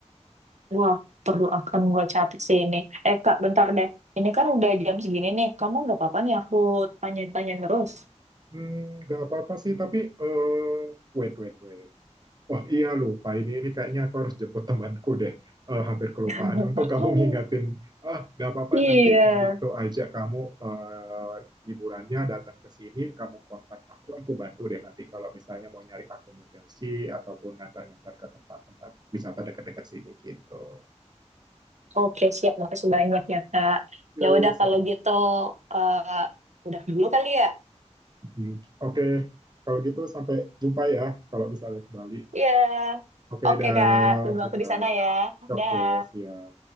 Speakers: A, on the right; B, on the right.
A: Wah, perlu akan gua catat sih ini. Eh, Kak, bentar deh. Ini kan udah jam segini nih. Kamu nggak apa-apa nih aku tanya-tanya terus.
B: Hmm, nggak apa-apa sih, tapi uh, wait wait wait. Wah, iya lupa ini ini kayaknya aku harus jemput temanku deh. Eh, hampir kelupaan.
A: <laughs>
B: Untung kamu ngingatin. Ah, nggak apa-apa
A: Iya.
B: nanti gitu aja kamu eh, liburannya datang ke sini, kamu kontak aku, aku bantu deh nanti kalau misalnya mau nyari akomodasi ataupun ngantar-ngantar ke tempat-tempat wisata dekat-dekat sini gitu.
A: Oke, siap. Makasih banyak ya, Kak.
B: Yuk,
A: Ya udah
B: sama.
A: kalau gitu, eh, udah dulu kali ya.
B: Mhm. Oke, kalau gitu sampai jumpa ya kalau misalnya ke Bali.
A: Iya.
B: Oke,
A: Oke,
B: dah,
A: Kak. Tunggu
B: Citra.
A: aku di sana ya.
B: Oke,
A: Dah.
B: siap.